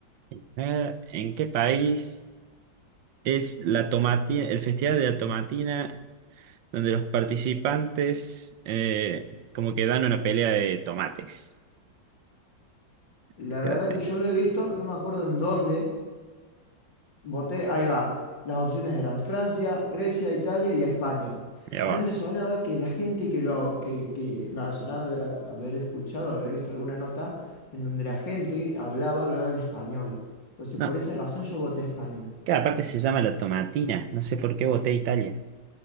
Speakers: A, on the right (about 75°); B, on the left (about 75°).
A: A ver, ¿en qué país es la tomatina, el Festival de la Tomatina, donde los participantes eh, como que dan una pelea de tomates?
B: La
A: Espérate,
B: verdad que yo lo he visto, no me acuerdo en dónde. Voté, ahí va. Las opciones eran Francia, Grecia, Italia y España.
A: mira
B: A
A: vos.
B: mí me sonaba que la gente que lo, que, que me sonaba haber, haber escuchado, haber visto alguna nota en donde la gente hablaba, hablaba en español. Entonces,
A: No,
B: por esa razón yo voté España.
A: cada parte se llama la tomatina. No sé por qué voté Italia.